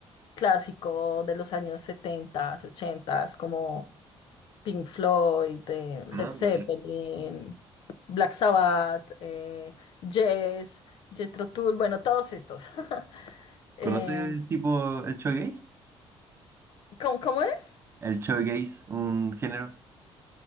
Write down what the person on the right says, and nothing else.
Ah,
ok.
¿Conoces
tipo el shoegaze?
El shoegaze, un género.